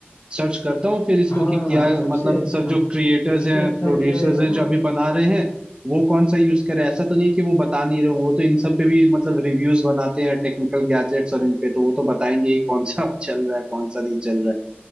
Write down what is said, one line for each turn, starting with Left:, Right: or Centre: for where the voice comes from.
Right: सर्च करता हूँ फिर इसको
Left: हाँ
Right: कि क्या
Left: सबसे
Right: मतलब
Left: अच्छा
Right: सब जो क्रिएटर्स
Left: सबसे
Right: हैं
Left: अच्छा
Right: प्रोड्यूसर्स
Left: ये रहेगा
Right: हैं जो
Left: ना
Right: अभी बना रहे हैं वो कौन सा यूज करे ऐसा तो नहीं है कि वो बता नहीं रहे हों वो तो इन सब पे भी मतलब रिव्यूज बनाते हैं टेक्निकल गैजेट्स और इन पे तो वो तो बताएंगे ही कौन सा <laughs> चल रहा है कौन सा नहीं चल रहा है